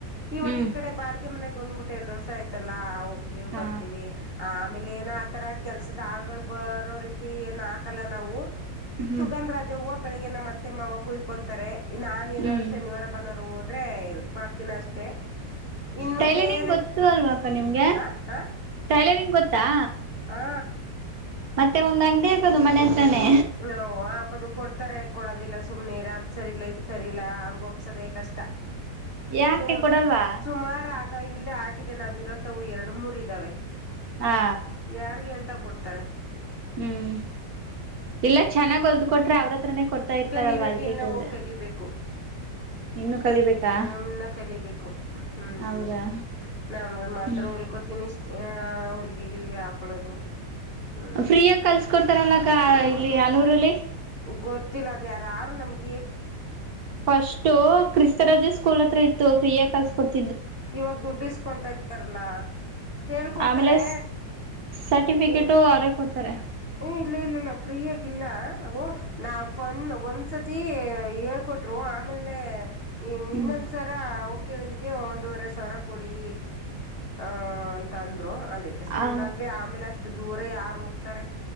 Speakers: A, on the left (about 40°); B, on the right (about 60°).
A: ಇವಾಗ
B: ಹ್ಮ್
A: ಈ ಕಡೆ ಬಾಡ್ಗೆ ಮನೇ ಬಂದ್ಬಿಟ್ಟ ಎರಡ್ ವರ್ಷ ಆಯ್ತಲ್ಲ ಹೋಗ್ತೀವಿ
B: ಹಾ
A: ಬರ್ತೀವಿ ಆಮೇ ಏನ ಆತರ ಕೆಲ್ಸದ ಆಳ್ಗಳು ಬರೋ ರೀತಿ ಏನ್ ಹಾಕಲ್ಲ ನಾವು.
B: ಹ್ಮ್
A: ಸುಗಂಧ ರಾಜ ಹೂವ ಬೆಳಗ್ಗಿ ನಮ್ಮ ಅತ್ತೆ ಮಾವ ಕುಯ್ಕೊಂತಾರೆ ನಾನ ಏನಾರು
B: ಹ್ಮ್
A: ಶನಿವಾರ ಬನವರು ಹದ ಆದ್ರೆ ಮಾಡ್ತೀನ ಅಷ್ಟೆ ಇನ್ನು
B: ಟೈಲರಿಂಗ್
A: ಬೇರೆ
B: ಗೊತ್ತು ಅಲ್ವಾಕ್ಕ ನಿಮ್ಗೆ
A: ಹ ಹ
B: ಟೈಲರಿಂಗ್ ಗೊತ್ತಾ.
A: ಹಾ
B: ಮತ್ತೆ ಒಂದ್ ಅಂಗಡಿ ಇರ್ತದ ಮನೆ ಹತ್ರನೇ
A: ನಾ ವಾಪದು ಕೊಡ್ತಾರೆ ಕೊಡೋದಿಲ್ಲ ಸುಮ್ನೆರ ಅದ್ ಸರಿ ಇಲ್ಲ ಇದ್ ಸರಿ ಇಲ್ಲ ಅರ್ಗ ಒಪ್ಸದಕಷ್ಟ. ಟ
B: ಯಾಕೆ
A: ಸುಮ್
B: ಕೊಡಲ್ವಾ
A: ಸುಮಾರ ಆಗ ಇಲ್ಲೇ ಆಗಿದೆ ನಾವ್ ಇರೋತ್ತವು ಎರಡ ಮೂರ್ ಇದ್ದಾವೆ.
B: ಹಾ
A: ಯಾರಿಗೆ ಅಂತ ಕೊಡ್ತಾರೆ.
B: ಹ್ಮ್ ಇಲ್ಲ ಚೆನ್ನಾಗ ಹೊಲ್ದ ಕೊಟ್ರ ಅವ್ರ ಹತ್ರನೇ ಕೊಡ್ತಾ ಇರ್ತಾರಲ್ವಾ
A: ಕಲಿಬೇಕ
B: ಅದಕ್ಕೆ
A: ಇನ್ನವು
B: ಕೇಳ್ದ
A: ಕಲಿಬೇಕು.
B: ಇನ್ನು ಕಲಿಬೇಕಾ
A: ಹ್ಮ ಇನ್ನ ಕಲಿಬೇಕು ಹ್ಮ
B: ಹೌದಾ
A: ನಮ ಮಾತ್ರ
B: ಹ್ಮ್
A: ಹೊಲ್ಕೋತೀನಿ ಇಷ್ ಆ ಹೊಲ್ಗೆ ಗಿಲ್ಗೆ ಹಾಕೊಳ್ಳೋದು. ಹ್ಮ್
B: ಫ್ರೀಯಾಗಿ ಕಲ್ಸಕೊಡ್ತಾರಲ್ಲಕ್ಕ ಇಲ್ಲಿ ಅಲುರಲ್ಲಿ
A: ಗೊತ್ತಿಲ್ಲ ಅದ ಯಾ ರಾರು ನಮ್ಗ
B: ಫಸ್ಟ್ ಕ್ರಿಸ್ತರಜೆ ಸ್ಕೂಲ್ ಹತ್ರ ಇತ್ತು ಫ್ರೀಯಾಗಿ ಕಲ್ಸಕೊಡ್ತ.
A: ಇವಾಗ ದುಡ್ಡಿಸಕೊತ ಇದ್ದಾರಲ್ಲಾ. ಹೇಳ್ಕೊಡ್ತಾರೆ
B: ಆಮೇಲೆ ಸರ್ಟಿಫಿಕೇಟು
A: ಏ
B: ಅವರೇ ಕೊಡ್ತಾರೆ
A: ಇಲ್ಲ ಇಲ್ಲ ಇಲ್ಲ ಫ್ರೀ ಆಗಲ್ಲ ಓ ನಾ ಫನ್ ಒಂದ ಸತಿ ಹೇಳ್ಕೊಟ್ರು ಆಮೇಲೆ
B: ಹ್ಮ್
A: ಇನ್ನೊಂದ್ಸರ ಕೇಳಿದಕ್ಕೆ ಒಂದೂವರೆ ಸರ ಕೊಡಿ. ಆ ಅಂತಂದ್ರು ಅದಕ್ಕೆ ಸುಮ್ನಾದ್ವಿ
B: ಆ
A: ಆಮೇಲೆ ಅಷ್ಟ ದೂರ ಯಾರ ಹೋಗ್ತಾರೆ.